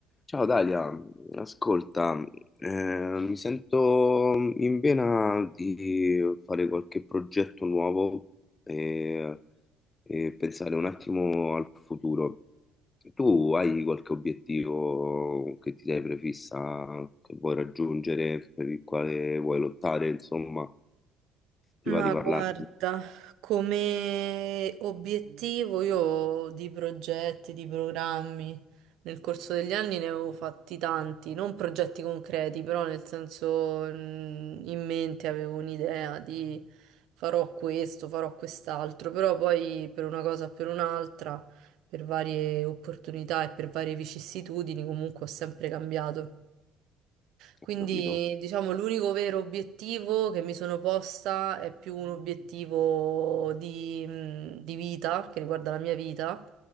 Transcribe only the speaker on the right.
Ma
guarda, come obiettivo io di progetti, di programmi, nel corso degli anni ne avevo fatti tanti, non progetti concreti, però nel senso mm, in mente avevo un'idea di farò questo, farò quest'altro, però poi per una cosa o per un'altra, per varie opportunità e per varie vicissitudini comunque ho sempre cambiato. Quindi,
diciamo, l'unico vero obiettivo che mi sono posta è più un obiettivo di, mh, di vita, che riguarda la mia vita,